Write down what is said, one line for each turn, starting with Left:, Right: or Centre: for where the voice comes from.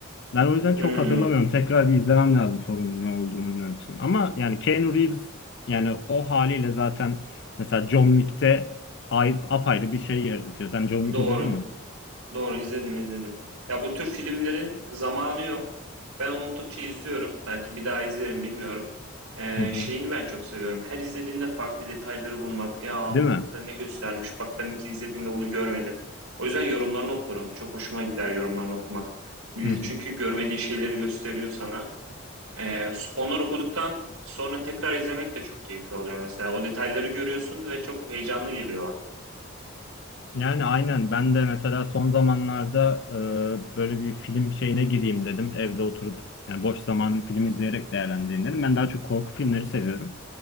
Left: Ben o yüzden
Right: Hı.
Left: çok hatırlamıyorum. Tekrar bir izlemem lazım sorunun ne olduğunu bilmem için. Ama yani Keanu Reeves yani o haliyle zaten mesela John Wick'te ay, apayrı bir şey yaratıyor. Sen John Wick
Right: Doğru.
Left: izledin mi?
Right: Doğru izledim izledim. Ya bu tür filmlerin zamanı yok. Ben unuttukça izliyorum. Belki bir daha izlerim bilmiyorum. Ee,
Left: Hı hı.
Right: şeyini ben çok seviyorum. Her izlediğinde farklı detayları bulmak. Ya
Left: Değil mi?
Right: burada ne göstermiş? Bak ben iki izlediğimde bunu görmedim. O yüzden yorumlarını okurum. Çok hoşuma gider yorumlarını okumak. Millet
Left: Hı hı.
Right: çünkü görmediğin şeyleri gösteriyor sana. Ee, onlar okuduktan sonra tekrar izlemek de çok keyifli oluyor mesela. O detayları görüyorsun ve çok heyecanlı geliyor bana.
Left: Yani aynen ben de mesela son zamanlarda e, böyle bir film şeyine gireyim dedim. Evde oturup yani boş zamanımı film izleyerek değerlendireyim dedim. Ben daha çok korku filmleri seviyorum.